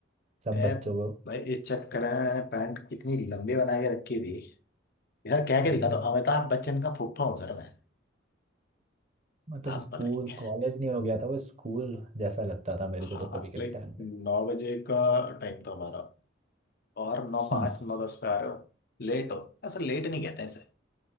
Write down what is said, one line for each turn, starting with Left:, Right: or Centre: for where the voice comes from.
Right: सब
Left: ए
Right: बच्चों को
Left: भाई इस चक्कर में मैंने पैंट इतनी लंबी बना के रखी थी इधर कह
Right: हम्म,
Left: के दिखा दो अमिताभ बच्चन का फूफा हूँ सर मैं
Right: मतलब
Left: आप
Right: स्कूल
Left: बताइए
Right: कॉलेज नहीं हो गया था वो स्कूल जैसा लगता था मेरे को
Left: हाँ
Right: तो कभी कभी
Left: लाइक
Right: टाइम पे
Left: नौ बजे का टाइम था हमारा और नौ पाँच
Right: हम्म
Left: नौ दस पे आ रहे हो लेट हो ऐसा लेट नहीं कहते हैं इसे